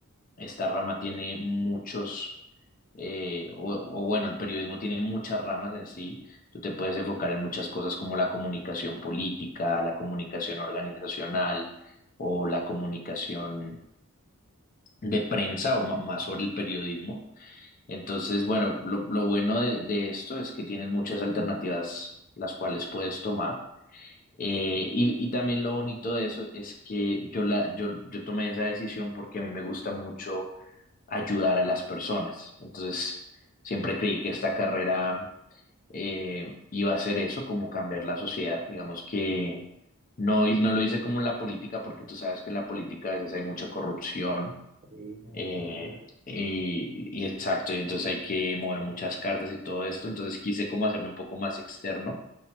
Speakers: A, on the left; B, on the right.
A: Esta rama tiene muchos, eh, o, o bueno, el periodismo tiene muchas ramas en sí. Tú te puedes enfocar en muchas cosas como la comunicación política, la comunicación organizacional o la comunicación de prensa o ma- más sobre el periodismo. Entonces, bueno, lo, lo bueno de, de esto es que tienes muchas alternativas las cuales puedes tomar. Eh, y, y también lo bonito de eso es que yo, la, yo, yo tomé esa decisión porque a mí me gusta mucho ayudar a las personas. Entonces, siempre creí que esta carrera eh, iba a ser eso, como cambiar la sociedad. Digamos que no, no lo hice como en la política, porque tú sabes que en la política a veces hay mucha corrupción.
B: Sí, en
A: eh,
B: definitiva.
A: y, y exacto, y entonces hay que mover muchas cartas y todo esto. Entonces quise como hacerlo un poco más externo